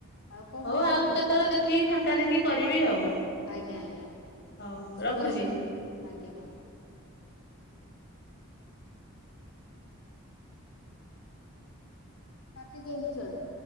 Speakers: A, on the left; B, on the left.
A: ଆଉ କଣ
B: ହଉ
A: କହୁଛନ୍ତି
B: ଆଉ କେତେବେଳେ ଦେଖିକି ଫାଙ୍କା ଦେଖିକି କରିବି ଆଉ।
A: ଆଜ୍ଞା ଆଜ୍ଞା
B: ହଉ
A: ଶୁଭରାତ୍ରି
B: ରଖୁଛି।
A: ଆଜ୍ଞା ମ୍ୟାମ ଆଜ୍ଞା ମ୍ୟାମ। କାଟି ଦିଅନ୍ତୁ ସିଆଡୁ।